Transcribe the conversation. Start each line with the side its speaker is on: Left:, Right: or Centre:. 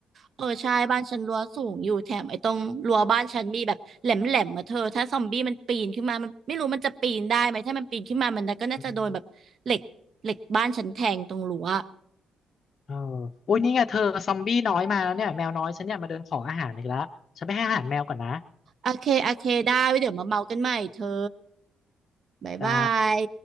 Right: เออใช่บ้านฉันรั้วสูงอยู่แถมไอ้ตรงรั้วบ้านฉันมีแบบแหลมแหลมมาเธอถ้าซอมบี้มันปีนขึ้นมามันไม่รู้มันจะปีนได้ไหมถ้ามันปีนขึ้นมามันก็น่าจะโดนแบบเหล็กเหล็กบ้านฉันแทงตรงรั้ว
Left: อืมเออโอุ้ยนี่ไงเธอซอมบี้น้อยมาแล้วเนี่ยแมวน้อยฉันเนี่ยมาเดินขออาหารอีกแล้ว ฉันไปให้อาหารแมวก่อนนะ
Right: โอเคโอเคได้ไว้เดี๋ยวมาเมากันใหม่เธอบ๊ายบาย
Left: จ้า